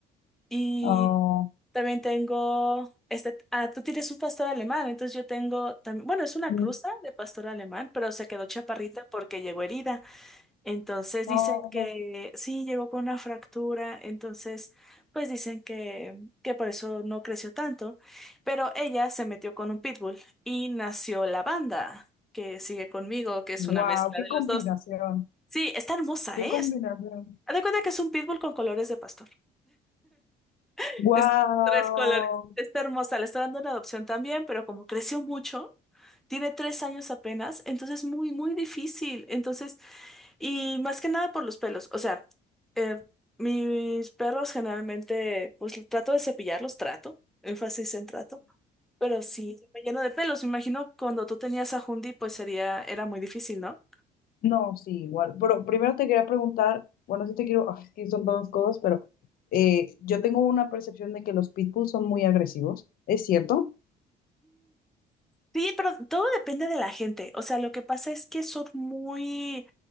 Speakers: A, in the centre; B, on the left (about 60°).
A: Y
B: Oh,
A: también tengo, este, ah, tú tienes un pastor alemán, entonces yo tengo también, bueno, es una
B: ujú,
A: cruza de pastor alemán, pero se quedó chaparrita porque llegó herida. Entonces
B: Oh,
A: dicen que sí, llegó con una fractura, entonces pues dicen que, que por eso no creció tanto, pero ella se metió con un pitbull y nació la banda que sigue conmigo, que es
B: wow,
A: una mezcla
B: qué
A: de
B: combinación,
A: los dos. Sí, está hermosa,
B: qué
A: ¿eh?
B: combinación.
A: Es- Haz de cuenta que es un pitbull con colores de pastor. <laughs>
B: Wow.
A: Es tres colores. Está hermosa, le está dando una adopción también, pero como creció mucho, tiene tres años apenas, entonces es muy, muy difícil. Entonces... Y más que nada por los pelos. O sea, eh, mis perros generalmente, pues trato de cepillarlos, trato, énfasis en trato, pero sí me lleno de pelos. Me imagino cuando tú tenías a Hundi, pues sería, era muy difícil, ¿no?
B: No, sí, igual. Pero primero te quería preguntar, bueno, sí te quiero, ay, es que son dos cosas, pero eh, yo tengo una percepción de que los pitbulls son muy agresivos, ¿es cierto?
A: Sí, pero todo depende de la gente. O sea, lo que pasa es que son muy,